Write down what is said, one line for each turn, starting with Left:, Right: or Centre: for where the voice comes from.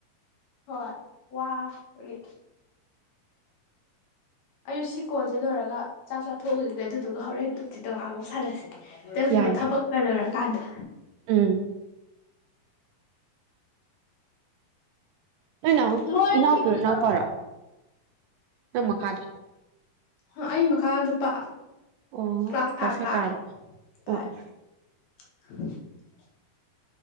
Left: ꯍꯣꯏ ꯋꯥ ꯕꯒꯤ ꯑꯩ ꯁꯤ ꯀꯣꯜꯁꯦ ꯂꯣꯏꯔꯒ ꯆꯥꯛ ꯆꯥꯊꯣꯛꯎꯏꯒꯦ ꯑꯗꯨꯗꯨꯒ ꯍꯣꯔꯦꯟ ꯅꯨꯡꯗꯤꯟꯗ ꯉꯥꯍꯥꯛ ꯃꯨꯛ ꯁꯥꯟꯅꯁꯦ <unintelligible>
Right: ꯌꯥꯏꯌꯦ
Left: ꯀꯥꯗ
Right: ꯎꯝ ꯅꯣꯏ ꯅꯥꯎ
Left: ꯂꯣꯏꯔꯦ
Right: ꯏꯅꯥꯎꯄꯤꯔꯣ
Left: ꯊꯤꯕ ꯀꯩꯀꯥ
Right: ꯏꯅꯥꯎꯄꯔꯣ
Left: ꯂꯣꯏ ꯂꯣꯏꯔꯦ
Right: ꯅꯪ ꯃꯈꯥꯗꯣ
Left: ꯍ ꯑꯩ ꯃꯈꯥ ꯅꯨꯄꯥ
Right: ꯑꯣ
Left: ꯀ꯭ꯂꯥꯁ
Right: ꯀ꯭ꯂꯥꯁꯦ
Left: ꯐꯥꯏꯚ
Right: ꯀꯌꯥ
Left: ꯀꯥꯔꯦ
Right: ꯀꯥꯔꯕ
Left: ꯐꯥꯏꯚ
Right: ꯑꯣ ꯑꯣ
Left: <inaudible>